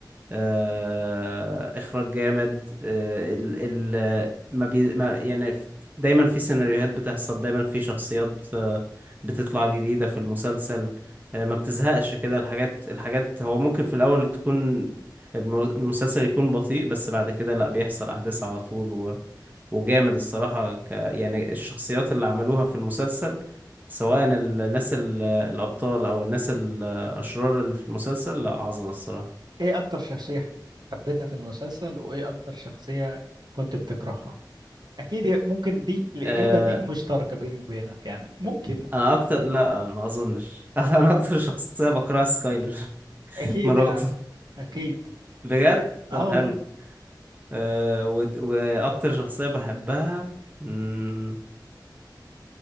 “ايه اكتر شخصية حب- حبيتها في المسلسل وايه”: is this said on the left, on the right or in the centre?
Right